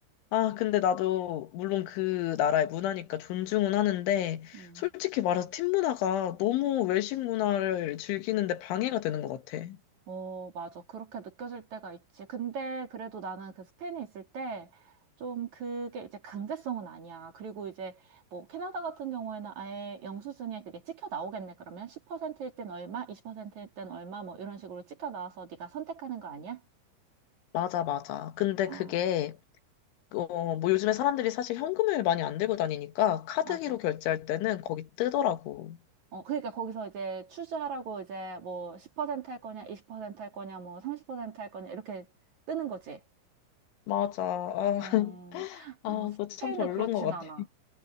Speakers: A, on the left; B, on the right.
A: 아, 근데 나도 물론 그 나라의 문화니까 존중은 하는데
B: 음.
A: 솔직히 말해서 팀 문화가 너무 외식 문화를 즐기는데 방해가 되는 것 같아.
B: 어, 맞아. 그렇게 느껴질 때가 있지. 근데 그래도 나는 그 스페인에 있을 때, 좀 그게 이제 강제성은 아니야. 그리고 이제 뭐 캐나다 같은 경우에는 아예 영수증에 그게 찍혀 나오겠네. 그러면 10%일 땐 얼마, 20%일 땐 얼마 뭐 이런 식으로 찍혀 나와서 네가 선택하는 거 아니야?
A: 맞아, 맞아. 근데
B: 어,
A: 그게 어, 뭐 요즘에 사람들이 사실 현금을 많이 안 들고 다니니까 카드기로
B: 맞아.
A: 결제할 때는 거기 뜨더라고.
B: 어, 그러니까 거기서 이제 추즈하라고 이제 뭐 10%할 거냐, 20%할 거냐, 뭐 30%할 거냐, 이렇게 뜨는 거지.
A: 맞아. 아,
B: 어,
A: <laughs> 아,
B: 어, 스페인은
A: 그거 참 별론
B: 그렇진
A: 것 같아.
B: 않아.